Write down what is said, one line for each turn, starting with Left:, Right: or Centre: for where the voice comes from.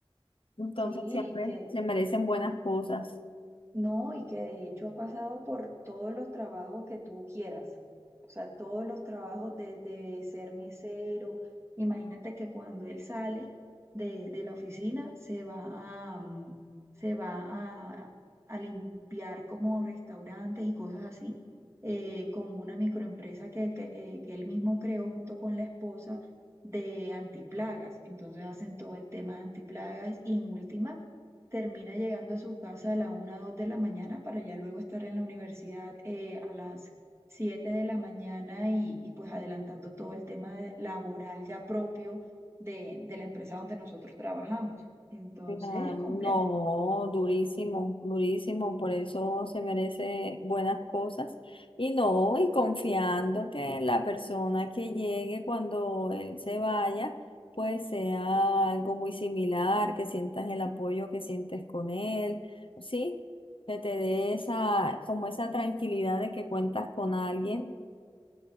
Left: Entonces
Right: Sí,
Left: siempre
Right: que,
Left: se merecen buenas cosas.
Right: No, y que de hecho ha pasado por todos los trabajos que tú quieras. O sea, todos los trabajos desde ser mesero. Imagínate que cuando él sale de, de la oficina, se va a, mm, se va a, a limpiar como restaurantes y cosas así, eh, con una microempresa que, que, eh, que él mismo creó junto con la esposa de antiplagas. Entonces hacen todo el tema de antiplagas y en última termina llegando a su casa a la una o 2 de la mañana para ya luego estar en la universidad eh, a las 7 de la mañana y, y pues adelantando todo el tema de- laboral ya propio de, de la empresa donde nosotros trabajamos. Entonces
Left: Claro,
Right: es complejo.
Left: no, durísimo, durísimo, por eso se merece buenas cosas. Y no, y confiando que la persona que llegue cuando él se vaya, pues sea algo muy similar, que sientas el apoyo que sientes con él, ¿sí? Que te dé esa, como esa tranquilidad de que cuentas con alguien